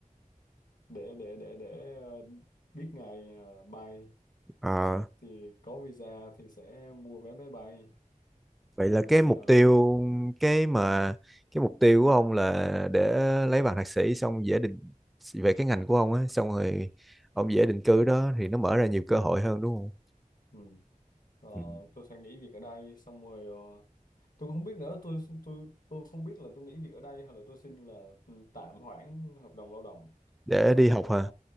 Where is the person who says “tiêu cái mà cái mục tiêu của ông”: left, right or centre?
Centre